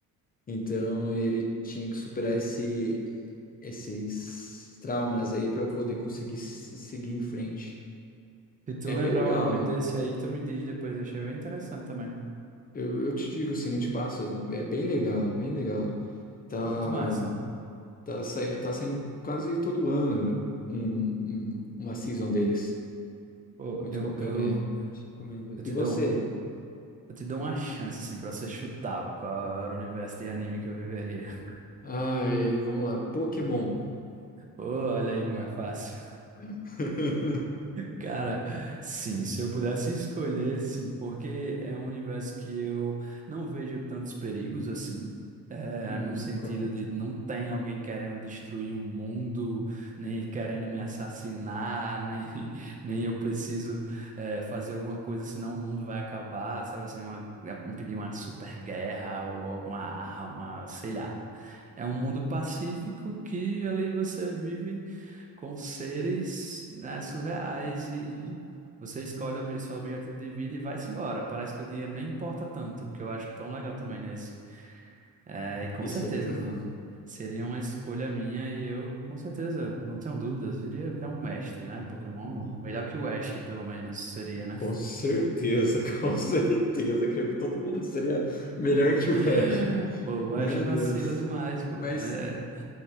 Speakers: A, on the left; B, on the right.
A: Então ele tinha que superar esse, esses traumas aí para poder conseguir s- seguir em frente.
B: Se tu
A: É
B: lembrar
A: bem legal.
B: o nome desse aí, tu me diz depois. Eu achei bem interessante também.
A: Eu, eu te digo assim, eu te passo. É bem legal, bem legal. Tá.
B: Muito massa.
A: Tá, sai- tá saindo quase todo ano um, um- uma season deles.
B: Pô,
A: Muito
B: eu,
A: bacana,
B: eu,
A: é. Recomendo.
B: eu te
A: E você?
B: dou Eu te dou uma chance, assim, pra você chutar qual era o universo de anime que eu viveria. <laughs>
A: Ai, vamos lá, Pokémon.
B: Ô, olha aí como é fácil.
A: <laughs>
B: Cara, sim, se eu pudesse escolher, sim, porque é um universo que eu não vejo tantos perigos assim. É,
A: Uhum,
B: num sentido
A: correto.
B: de não tem alguém querendo destruir o mundo, nem querendo me assassinar, nem, <laughs> nem eu preciso é, fazer alguma coisa, senão o mundo vai acabar, sabe assim, uma, é, impedir uma super guerra ou alguma arma, sei lá. É um mundo pacífico que ali você vive com seres, né, surreais e, e você escolhe o obje- seu objetivo de vida e vai-se embora. Parece que o dinheiro nem importa tanto, o que eu acho tão legal também nesse. É, e com
A: Isso
B: certeza
A: é legal.
B: seria uma escolha minha e eu, com certeza, não tenho dúvidas, iria virar um mestre, né? Pokémon,
A: Hum,
B: melhor que o Ash, pelo menos, seria, né?
A: Com certeza, <laughs> com certeza. Creio que todo mundo seria melhor que
B: <laughs>
A: o Ash.
B: Pô, o Ash
A: Meu
B: vacila
A: Deus.
B: demais, pô. Até...
A: Mas